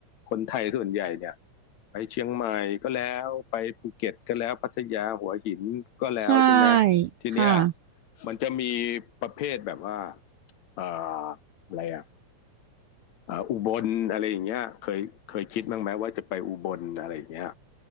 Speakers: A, on the left (about 75°); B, on the right (about 75°).
A: คนไทยส่วนใหญ่เนี่ยไปเชียงใหม่ก็แล้วไปภูเก็ตก็แล้วพัทยาหัวหินก็แล้วใช่ไหม
B: ใช่
A: ทีเนี้ย
B: ค่ะ
A: มันจะมีประเภทแบบว่าเอ่ออะไรอ่ะเอ่ออุบลอะไรอย่างเงี้ยเคยเคยคิดบ้างไหมว่าจะไปอุบลอะไรอย่างเงี้ย